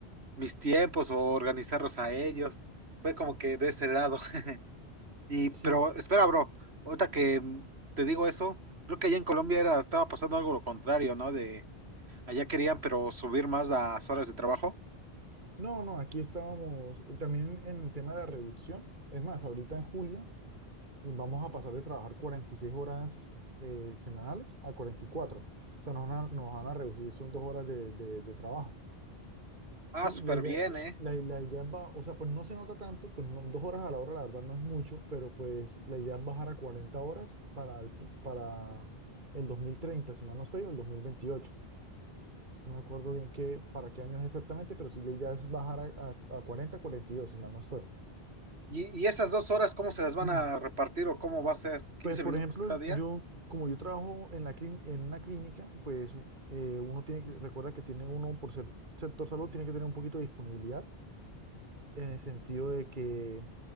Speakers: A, on the right; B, on the right.
A: mis tiempos o organizarlos a ellos. Fue como que de ese lado. <laughs> Y, pero
B: Sí,
A: espera, bro, ahorita que mm, te digo eso, creo que allá en Colombia era, estaba pasando algo lo contrario, ¿no? De allá querían, pero subir más las horas de trabajo.
B: No, no, aquí estábamos eh, también en el tema de la reducción. Es más, ahorita en julio eh, vamos a pasar de trabajar 46 horas eh, semanales a 44. O sea, nos van a, nos van a reducir, son dos horas de, de- de trabajo.
A: Ah,
B: Sí,
A: súper
B: la idea,
A: bien, ¿eh?
B: la, la idea va, o sea, pues no se nota tanto, pues no- dos horas a la hora, la verdad no es mucho, pero pues la idea es bajar a 40 horas para el, para el 2030. si mal no estoy, o el 2028. No me acuerdo bien qué, para qué años exactamente, pero sí la idea es bajar a, a, a 40, 42, si mal no estoy.
A: ¿Y, y esas dos horas, cómo se las van
B: Ujú.
A: a repartir o cómo va a ser? quince
B: Pues, por
A: minutos
B: ejemplo,
A: cada día?
B: yo, como yo trabajo en la clin- en una clínica, pues eh, uno tiene, que- recuerda que tiene uno, por ser sector salud, tiene que tener un poquito de disponibilidad en el sentido de que,